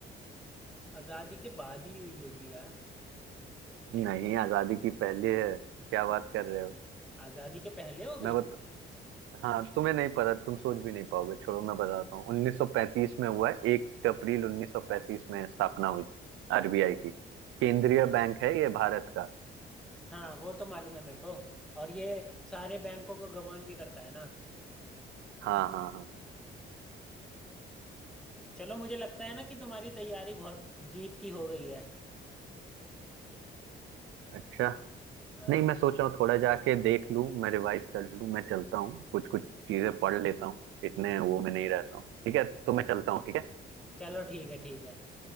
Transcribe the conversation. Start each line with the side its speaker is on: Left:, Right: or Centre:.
Centre: आजादी के बाद ही हुई होगी यार
Right: नहीं आजादी की पहले है क्या बात कर रहे हो
Centre: आजादी के पहले हो गई
Right: मैं
Centre: थी
Right: बता हाँ तुम्हें नहीं पता तुम सोच भी नहीं पाओगे छोड़ो मैं बताता हूँ 1935 में हुआ है एक अप्रैल 1935 में स्थापना हुई थी आरबीआई की
Centre: अच्छा
Right: केंद्रीय बैंक है ये भारत का
Centre: हाँ वो तो मालूम है मेरे को और ये सारे बैंकों को गवर्न भी करता है ना
Right: हाँ हाँ हाँ
Centre: चलो मुझे लगता है ना कि तुम्हारी तैयारी बहुत जीत की हो गई है
Right: अच्छा
Centre: हाँ
Right: नहीं मैं सोच रहा हूँ थोड़ा जाके देख लूँ मैं रिवाइज कर लूँ मैं चलता हूँ कुछ कुछ चीजें पढ़ लेता हूँ इतने वो में नहीं रहता हूँ ठीक है तो मैं चलता हूँ ठीक है
Centre: चलो ठीक है ठीक है